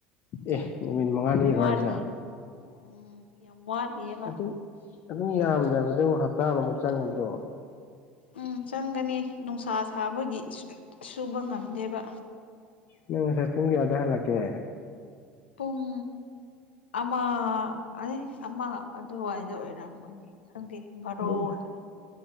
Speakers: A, on the left; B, on the left.
A: ꯑꯦ ꯅꯨꯃꯤꯠ ꯃꯉꯥꯅꯤꯔꯣ
B: ꯌꯥꯝ ꯋꯥꯠꯂꯤ
A: ꯍꯥꯏꯁꯦ ꯑꯦ
B: ꯑꯣ ꯎꯝ ꯌꯥꯝ ꯋꯥꯠꯂꯤꯑꯕ
A: ꯑꯗꯨ ꯑꯗꯨꯝ ꯌꯥꯝꯗ꯭ꯔꯕꯗꯨꯕꯨ ꯍꯞꯇꯥ ꯑꯃꯃꯨꯛ ꯆꯪꯒꯗ꯭ꯔꯣ꯫
B: ꯎꯝ ꯆꯪꯒꯅꯤ ꯅꯨꯡꯁꯥ ꯁꯥꯕꯒꯤ ꯁꯨꯕ ꯉꯝꯗꯦꯕ꯫
A: ꯅꯪ ꯉꯁꯥꯏ ꯄꯨꯡ ꯀꯌꯥꯗ ꯍꯜꯂꯛꯀꯦ꯫
B: ꯄꯨꯡ ꯑꯃ꯫ ꯑꯥꯏ ꯑꯃ ꯑꯗꯨꯋꯥꯏꯗ ꯑꯣꯏꯔꯝꯒꯅꯤ ꯈꯪꯗꯦ ꯚꯥꯔꯣꯗꯔ꯫
A: ꯑꯗꯨꯝ